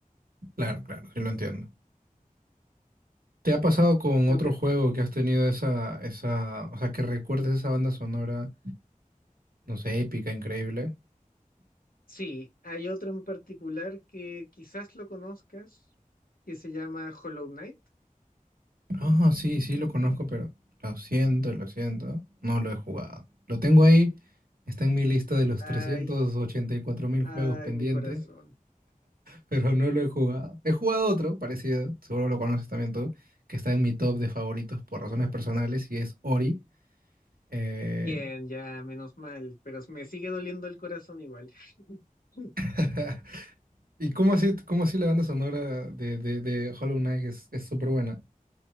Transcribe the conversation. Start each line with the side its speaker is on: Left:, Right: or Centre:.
Right: Claro, claro, sí lo entiendo. ¿Te ha pasado con
Left: Yo
Right: otro
Left: creo,
Right: juego que has tenido esa, esa, o sea, que recuerdes esa banda sonora, no sé, épica, increíble?
Left: sí, hay otro en particular que quizás lo conozcas, que se llama Hollow Knight.
Right: Ah, sí, sí lo conozco, pero lo siento, lo siento, no lo he jugado. Lo tengo ahí, está en mi lista de los
Left: Hay
Right: trescientos ochenta y cuatro mil
Left: Ay,
Right: juegos pendientes,
Left: mi corazón.
Right: pero no lo he jugado. He jugado otro parecido, seguro lo conoces también tú, que está en mi top de favoritos por razones personales y es Ori. Eh,
Left: Bien, ya, menos mal, pero me sigue doliendo el corazón igual. <laughs>
Right: <laughs> ¿y cómo así, cómo así la banda sonora de, de, de Hollow Knight es, es súper buena?